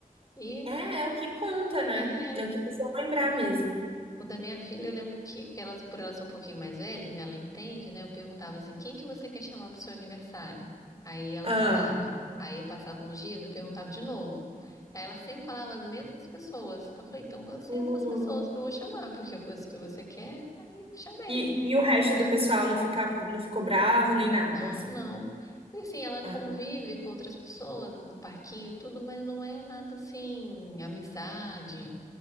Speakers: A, on the left; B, on the right.
A: E
B: É, é o que conta, né?
A: é,
B: É o que precisa lembrar mesmo.
A: O da minha filha, eu lembro que, que elas, por ela ser um pouquinho mais velha, ainda ela entende, né? Eu perguntava assim, quem que você quer chamar pro seu aniversário? Aí ela
B: Ah.
A: falava. Aí eu passava uns dias, eu perguntava de novo. Aí ela sempre falava as mesmas pessoas. Eu falei, então vão ser
B: O-
A: essas pessoas que eu vou chamar, porque foi isso que você quer. Aí eu chamei.
B: E, e o resto do pessoal não ficava, não ficou bravo nem nada,
A: Não,
B: assim.
A: não. E assim, ela
B: Ah.
A: convive com outras pessoas no parquinho e tudo, mas não é nada assim, amizade.